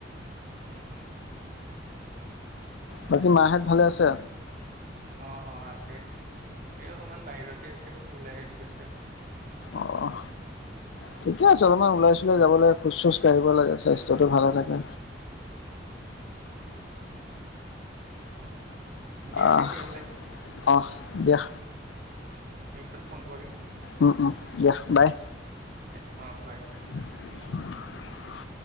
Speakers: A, on the right; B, on the left.
A: উম, উম।
B: বাকী মা হেত ভালে আছে?
A: অ', অ' আছে, এই অকমান বাহিৰতে আছে, ওলাই গৈছে।
B: অহ, ঠিকে আছে অলপমান ওলাই চুলাই যাব লাগে খোজ চুজ কাঢ়িব লাগে, স্বাস্থ্যটো ভালে থাকে।
A: উম দিয়া
B: অহ
A: তেতিয়াহ'লে
B: আহ দিয়া।
A: পিছত ফোন কৰিম।
B: উম উম দিয়া বাই,
A: এ অ বাই।
B: <inaudible>